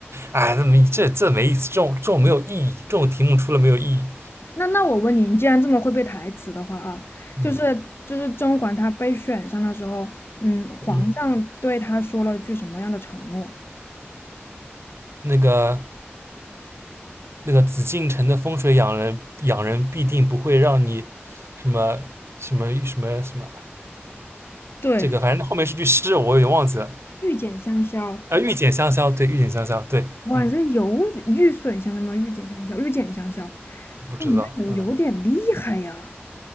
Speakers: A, on the right; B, on the left.
A: 哎，这没这这没意思，这种这种没有意义，这种题目出了没有意义。
B: 那那我问你，你既然这么会背台词的话啊，就是就是甄嬛她被选上的时候，
A: 嗯
B: 嗯，皇上对她说了句什么样的承诺？
A: 嗯，那个那个紫禁城的风水养人养人必定不会让你什么什么什么什么，
B: 对，
A: 这个反正后面是句诗，我有点忘记了。
B: 玉简香消，
A: 啊，御姐香消，对，御姐香消，对，
B: 哇，
A: 嗯，
B: 你这有玉损香消吗？玉简香消，玉简香消，
A: 不知道，
B: 哇，你这有有点厉害呀！
A: 嗯